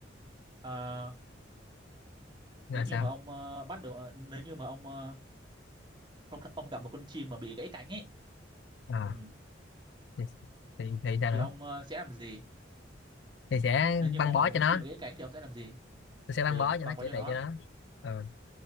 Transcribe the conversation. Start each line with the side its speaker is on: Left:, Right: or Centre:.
Right: à, nếu
Left: là
Right: như
Left: sao
Right: mà ông ờ, bắt được ờ, nếu như mà ông ờ, ông ông gặp một con chim mà bị gãy cánh ấy
Left: à,
Right: ừ,
Left: thì, thì, thì sao
Right: thì
Left: nữa
Right: ông ờ, sẽ làm gì
Left: thì sẽ
Right: nếu như
Left: băng
Right: mà ông
Left: bó
Right: gặp một
Left: cho
Right: con
Left: nó
Right: chim bị gãy cánh thì ông sẽ làm gì
Left: tôi sẽ băng
Right: ừ,
Left: bó cho
Right: băng
Left: nó
Right: bó
Left: chữa
Right: cho
Left: trị
Right: nó
Left: cho nó ừ.